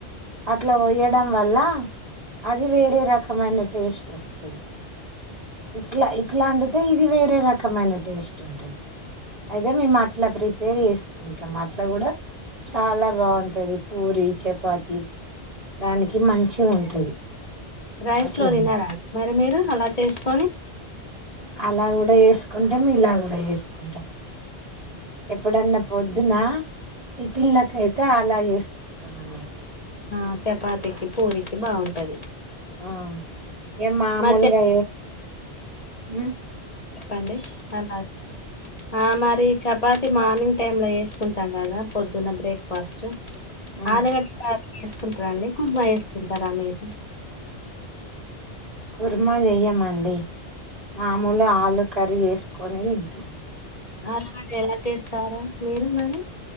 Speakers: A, on the right; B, on the left.
A: అట్లా వయ్యడం వల్ల అది వేరే రకమైన టేస్ట్ వస్తుంది ఇట్లా ఇట్లాంటితే ఇది వేరే రకమైన టేస్ట్ ఉంటుది అయితే మేము అట్లా ప్రిపేర్ చేసుకుంటాం అట్లా కూడా చాలా బాగుంటది పూరి చపాతి దానికి మంచి ఉంటది
B: రైస్
A: అట్లా
B: లో తినారా
A: అన్నట్టు
B: మరి మీరు అలా చేసుకొని
A: అలా కూడా వేసుకుంటాం ఇలా కూడా చేసుకుంటాం ఎప్పుడన్నా పొద్దున టి పిల్లకైతే అలా వేసుకుంటాం అన్నమాట్టు
B: ఆ చపాతికి పూరిీకి బాగుంటది
A: ఆ ఏ మామూలుగా
B: మరి చె
A: ఉ
B: చెప్పండి ఎలాగు ఆ మరి చపాతి మార్నింగ్ టైమ్ లో వేసుకుంటాం కదా పొద్దున బ్రేక్ఫాస్ట్
A: ఉమ్
B: ఆలుగడ్డ చేసుకుంటారా అండి కుర్మ చేసుకుంటారా మీరు
A: కుర్మా చెయ్యమండి మామూలు ఆలు కర్రీ చేసుకుని తింటం
B: ఆలుగడ్డ ఎలా చేస్తారు మీరు మరి